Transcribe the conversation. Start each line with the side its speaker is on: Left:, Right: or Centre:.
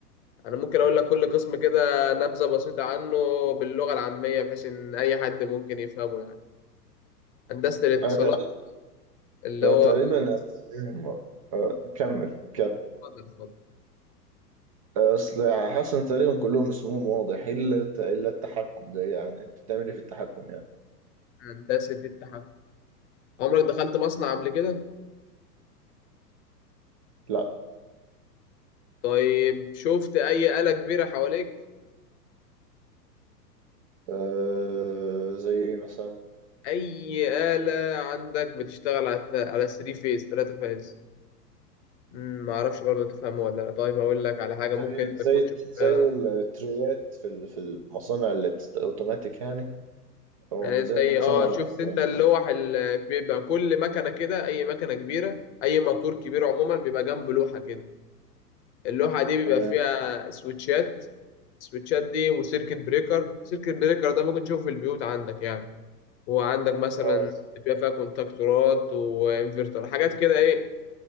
Left: أنا ممكن أقول لك كل قسم كده نبذة بسيطة عنه باللغة العامية بحيث إن أي حد ممكن يفهمه يعني هندسة الاتصالات
Right: أنا
Left: اللي
Right: أنا
Left: هو
Right: تقريبا أساميهم آه، كمل كمل
Left: اتفضل اتفضل.
Right: آه، أصل حاسس إن تقريبا كلهم اسمهم واضح إلا الت- إلا التحكم ده يعني أنت بتعمل إيه في التحكم يعني؟
Left: هندسة التحكم عمرك دخلت مصنع قبل كده؟
Right: لأ
Left: طيب شفت أي آلة كبيرة حواليك؟
Right: أه زي إيه مثلا؟
Left: أي آلة عندك بتشتغل على الت- على 3 فيز 3 فيز مم، معرفش برضه تفهمه ولا لا طيب أقول لك على حاجة
Right: زي
Left: ممكن
Right: ال-
Left: أنت
Right: زي
Left: تكون شفتها
Right: زي التريات في ال- في المصانع اللي بتست أوتوماتيك يعني أو
Left: يعني
Right: زي
Left: زي
Right: مصانع
Left: اه
Right: العصير
Left: شفت أنت اللوح اللي بيبقى كل مكنة كده أي مكنة كبيرة أي موتور كبير عموما بيبقى جنب لوحة كده اللوحة دي بيبقى
Right: تمام
Left: فيها سويتشات السويتشات دي وسيركت بريكر سيركت بريكر ده ممكن تشوفه في البيوت عندك يعني هو عندك مثلا
Right: أه
Left: بيبقى فيها كونتاكتورات وانفرتر حاجات كده ايه